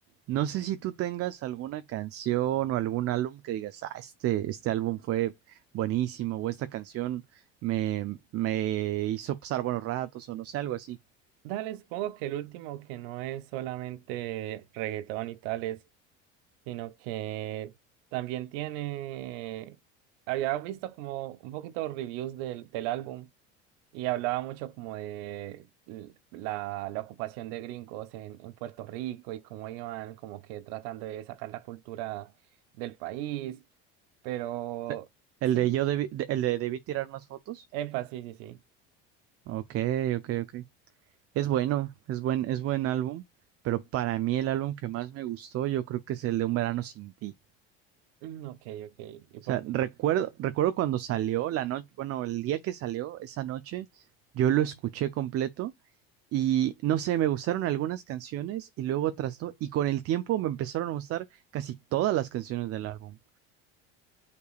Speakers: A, on the right; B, on the right.
A: no sé si tú tengas alguna canción o algún álbum que digas, ah, este, este álbum fue buenísimo o esta canción me, me hizo pasar buenos ratos o no sé, algo así.
B: dale, supongo que el último que no es solamente reggaetón y tales, sino que también tiene, había visto como un poquito reviews del, del álbum. Y hablaba mucho como de l- la, la ocupación de gringos en, en Puerto Rico y cómo iban como que tratando de sacar la cultura del país. Pero
A: Pe- El
B: sí,
A: de yo debí, de- el de debí tirar más fotos.
B: epa, sí, sí, sí.
A: Ok, ok, ok. Es bueno, es buen, es buen álbum. Pero para mí el álbum que más me gustó, yo creo que es el de Un Verano Sin Ti.
B: Mm, ok, ok. ¿Y por
A: O sea,
B: qué?
A: recuerdo, recuerdo cuando salió la noche, bueno, el día que salió, esa noche, yo lo escuché completo y no sé, me gustaron algunas canciones y luego otras no, y con el tiempo me empezaron a gustar casi todas las canciones del álbum.